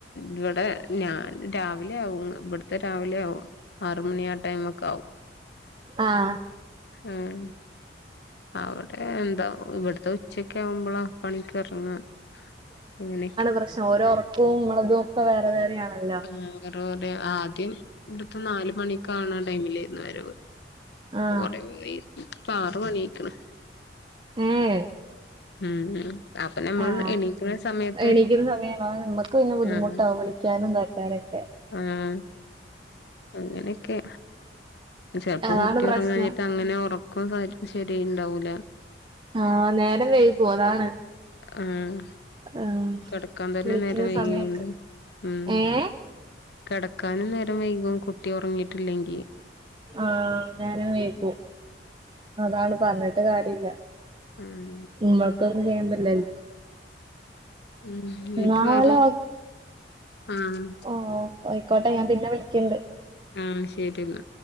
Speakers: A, on the left; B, on the right.
A: ഇവടെ ഞാന് രാവിലെ ആവും ഇവട്‌ത്തെ രാവിലെ ആവും ആറ് മണി ആ ടൈമക്ക ആവും
B: ആഹ്
A: ഉം അവ്ടെ എന്താ ഇവട്‌ത്ത ഉ ച്ചക്കാവുമ്പള പണിക്ക് എർങ്ങ അങ്ങനെക്
B: പ്രശ ഓരോ ഒർ ഉപ്പും മോളോകോക്കെ വേറെ വേറെ ആണല്ലോ
A: <unintelligible> ആദ്യം ഇവട്‌ത്ത നാല് മണി കാണാൻ ടൈമിലായിരുന്നു വരവ്
B: ആ
A: കൊറേ ഇപ്പ ആറ് മണി ആയിക്ക്ണ്
B: ഏ ഏ
A: ഉം ഉം അപ്പൊ നമ്മൾ
B: ആഹ്
A: എണീക്കണ സമയത്ത്
B: എണീക്കുന്ന സമയാണ് ആ നമ്മക്ക് പിന്നെ ബുദ്ധിമുട്ടാവും
A: ആഹ്
B: വിളിക്ക്യാനും ഇതാ ക്കാനൊക്കെ
A: ആഹ് അങ്ങനെക്കെ ചെൽപ്പ
B: അതാണ്
A: കുട്ടി
B: പ്രശ്നം
A: ഒർങാഞ്ഞിട്ട് അങ്ങനെ ഒറ ക്കു ശരി ആയി ഇണ്ടാവൂല
B: ആഹ് നേരം വൈകോ അതാണ്
A: ആഹ്
B: ആ
A: കട്‌ക്കാൻ തന്നെ
B: വിളിക്കുന്ന
A: നേരം വൈകിണ്ട്
B: സമയൊക്കെ
A: ഉം
B: ഏ
A: കടക്കാനും നേരം വൈകും കുട്ടി ഒർങ്ങിട്ടില്ലെങ്കി
B: ആ നേരം വൈകു അതാണ് പർഞ്ഞിട്ട് കാര്യ ഇല്ല
A: ഉം
B: ഇമ്മക്കൊന്നും ചെയ്യാൻ പറ്റിലല്ലോ
A: ഉം ന്നട്ട്
B: എന്നാല്
A: പറഞ് ആഹ്
B: ആഹ് അയിക്കോട്ടെ ഞാൻ പിന്നെ വിളിക്ക്യണ്ട്
A: ആ ശരി ന്ന